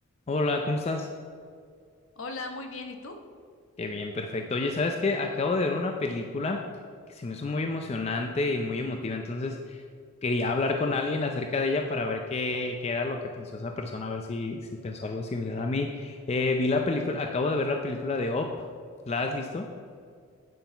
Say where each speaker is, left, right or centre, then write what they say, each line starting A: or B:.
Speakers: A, on the left; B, on the left.
A: Hola, ¿cómo estás?
B: Hola, muy bien. ¿Y tú?
A: Qué bien, perfecto. Oye, ¿sabes qué? Acabo de ver una película que se me hizo muy emocionante y muy emotiva, entonces quería hablar con alguien acerca de ella para ver qué, qué era lo que pensó esa persona, a ver si, si pensó algo similar a mí. Eh, vi la película, acabo de ver la película de Up. ¿La has visto?